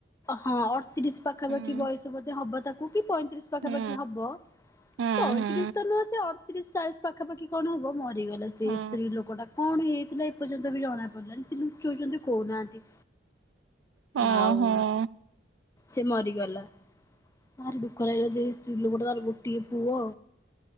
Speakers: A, on the left; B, on the right.
A: ହଁ ଆଡତିରିଷି ପାଖାପାଖି
B: ହୁଁ
A: ବୟସ ବୋଧେ ହବ ତାକୁ। କୁ ପଇଁତିରିଶ ପାଖାପାଖି
B: ହୁଁ
A: ହବ
B: ହୁଁ
A: ପଇଁତିରିଶ
B: ହୁଁ।
A: ତ ନୁହଁ ସେ ଅଡ ତିରିଶ ଚାଳିଶ ପାଖାପାଖି କଣ ହବ ମରିଗଲା ସେଇ
B: ହଁ
A: ସ୍ତ୍ରୀ ଲୋକଟା କଣ ହେଇ ଥିଲା ଏପର୍ଯ୍ୟନ୍ତ ବି ଜଣା ପଡିଲାଣି ଲୁଚୋଉଛନ୍ତି କହୁନାହାନ୍ତି।
B: ହଁ
A: ଆଉ
B: ହଁ।
A: ସେ ମରିଗଲା। ଭାରି ଦୁଃଖ ଲାଗିଲା ଯେ ସ୍ତ୍ରୀ ଲୋକଟାର ଗୋଟିିଏ ପୁଅ।